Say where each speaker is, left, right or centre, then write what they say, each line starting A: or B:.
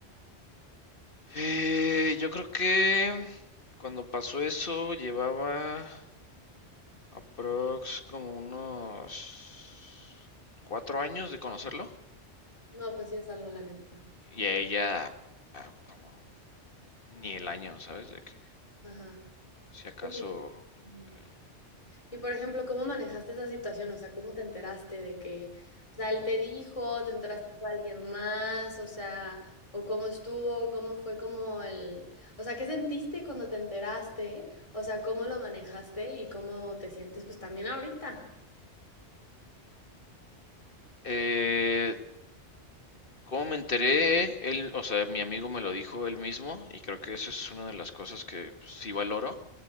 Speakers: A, on the left (about 50°); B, on the left (about 25°).
A: Eh, yo creo que cuando pasó eso llevaba aprox como unos cuatro años de conocerlo.
B: No, pues sí es algo, la neta.
A: Y a ella ah, como ni el año, ¿sabes? De que
B: Ajá.
A: si acaso
B: Oye, ujú.
A: el año.
B: Y por ejemplo, ¿cómo manejaste esa situación? O sea, ¿cómo te enteraste de que, o sea, él te dijo, te enteraste por alguien más, o sea, o cómo estuvo, cómo fue como el, o sea, ¿qué sentiste cuando te enteraste? O sea, ¿cómo lo manejaste y cómo te sientes pues también ahorita?
A: Eh, ¿cómo me enteré? Él, o sea, mi amigo me lo dijo él mismo y creo que eso es una de las cosas que pues, sí valoro.